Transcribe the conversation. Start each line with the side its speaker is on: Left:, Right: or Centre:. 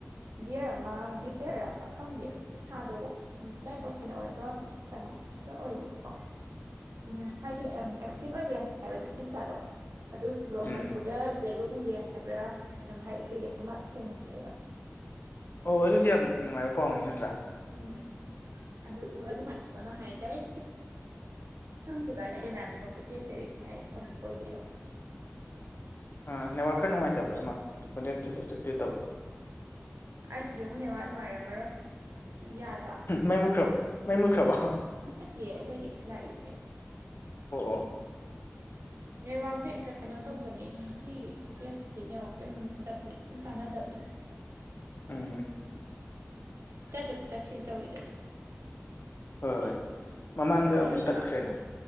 Right: ꯕꯤꯌꯔ ꯑꯃ ꯕꯤꯌꯔ ꯔꯥ ꯈꯪꯗꯦ ꯁꯥꯗꯣ ꯕ꯭ꯂꯦꯛ ꯑꯣꯏꯅ ꯑꯣꯏꯔꯒ ꯀꯩꯅꯣ ꯈꯔ ꯑꯣꯏꯌꯦꯕꯀꯣ ꯎꯝ ꯍꯥꯏꯗꯤ ꯎꯝ ꯑꯦꯛꯁꯇꯦꯟ ꯑꯣꯏꯈ꯭ꯔꯦ ꯍꯥꯏꯌꯦꯕ ꯑꯗꯨꯏ ꯁꯥꯗꯣ ꯑꯗꯨꯗꯣ
Left: ꯎꯝ
Right: ꯃꯅꯤꯄꯨꯔꯗ ꯂꯩꯕ ꯎꯔꯦ ꯍꯥꯏꯕ꯭ꯔꯥ ꯀꯩꯅꯣꯝ ꯍꯥꯏꯕꯒꯤ ꯑꯃ ꯊꯦꯡꯅꯩꯌꯦꯕ
Left: ꯑꯣ ꯑꯗꯨꯗꯤ ꯌꯥꯝ ꯅꯨꯡꯉꯥꯏꯕ ꯄꯥꯎꯅꯤ ꯅꯠꯇ꯭ꯔꯥ
Right: ꯎꯝ ꯑꯗꯨ <unintelligible> ꯗꯥꯏꯔꯦꯛ <unintelligible> ꯀꯦꯃꯦꯔꯥꯒꯨꯝꯕ ꯐꯨꯇꯦꯖ <unintelligible> ꯐꯪꯕ ꯑꯣꯏꯗꯣꯏꯅꯦꯕ
Left: ꯑꯥ ꯅꯦꯠꯋꯥꯛ ꯈꯔ ꯅꯨꯡꯉꯥꯏꯇꯕ꯭ꯔꯥ ꯑꯃ ꯈꯣꯟꯖꯦꯟ ꯆꯞ ꯆꯞ ꯆꯞꯄꯤꯗꯣ ꯇꯧꯋꯦ
Right: ꯑꯩꯒꯤ ꯑꯃꯨꯛ ꯅꯦꯠꯋꯥꯛ ꯅꯨꯡꯉꯥꯏꯔꯝꯃꯔꯣꯏ ꯌꯥꯔꯕ
Left: ꯃꯩ ꯃꯨꯠꯈ꯭ꯔꯥꯕꯣ ꯃꯩ ꯃꯨꯠꯈ꯭ꯔꯥꯕꯣ ꯑꯣ
Right: ꯅꯠꯇꯤꯌꯦ ꯑꯩꯈꯣꯏꯗꯤ ꯂꯥꯛꯏꯌꯦ
Left: ꯑꯣ
Right: ꯅꯦꯠꯋꯥꯛꯁꯦ ꯀꯩꯅꯣ ꯇꯧꯕꯅꯦ ꯁꯤ ꯑꯦꯞꯁꯦ ꯅꯦꯠꯋꯥꯛꯁꯦ ꯑꯃꯨꯛ ꯑꯃꯨꯛ ꯇꯠꯄꯅꯦ ꯑꯗꯨꯝ ꯇꯥꯟꯅꯗꯕꯅꯦ
Left: ꯎꯝ
Right: ꯇꯠꯄꯗꯤ ꯇꯠꯀꯦ ꯇꯧꯋꯤꯗꯥ
Left: ꯍꯣꯏ ꯍꯣꯏ ꯃꯃꯥꯡꯗ
Right: ꯁꯦꯡꯉꯕ
Left: ꯑꯃꯨꯛ ꯇꯠꯈ꯭ꯔꯦꯅ